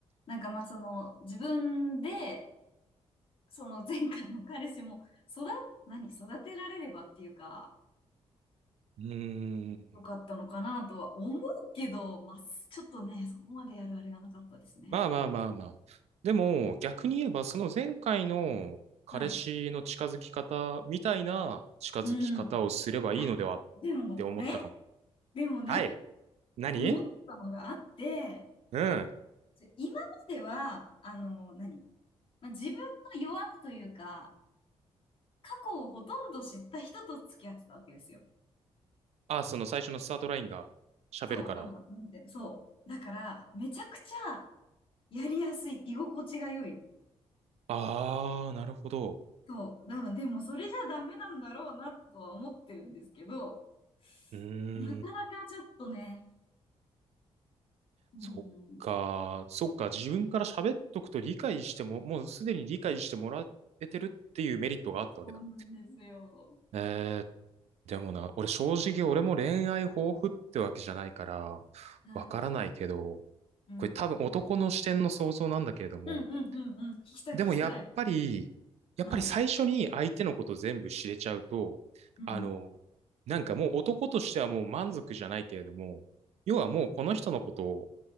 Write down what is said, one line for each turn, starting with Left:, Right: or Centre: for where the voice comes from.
Left: なんかまあその自分で、その前回の彼氏も育、何、育てられればっていうか、
Right: うーん。
Left: よかったのかなとは思うけど、まあちょっとね、そこまでやるあれがなかったですね。
Right: まあまあまあまあ。でも、逆に言えば、その前回の彼氏の近づき方みたいな近づき方をすればいいのではっ
Left: はい。うん。いや、でもね、
Right: て思ったかも。
Left: でもね、
Right: はい。何
Left: 思ったのがあって、
Right: うん。
Left: 今までは、あの、何、まあ、自分の弱みというか、過去をほとんど知った人と付き合ってたわけですよ。
Right: あ、その最初のスタートラインが喋るから。
Left: そう、あの、なんていうの、そう。だから、めちゃくちゃやりやすい、居心地が良い。
Right: あー、なるほど。
Left: そう。だからでも、それじゃダメなんだろうなとは思ってるんですけど、
Right: うーん。
Left: なかなかちょっとね、うん、
Right: そっか。そっか。自分から喋っとくと理解しても、もうすでに理解してもらえてるっていうメリットがあったわけだ。
Left: そうなんですよ。
Right: えーっでもな、俺正直俺も恋愛豊富ってわけじゃないから、
Left: はい。
Right: わからないけど、
Left: うん。
Right: これ多分男の視点の想像なんだけれども、
Left: うんうんうんうん。聞きたい、
Right: でもやっぱり、
Left: 聞きたい。
Right: やっぱり最初に相手のこと全部知れちゃうと、
Left: はい。うん。
Right: あの、なんかもう男としてはもう満足じゃないけれども、要はもうこの人のことを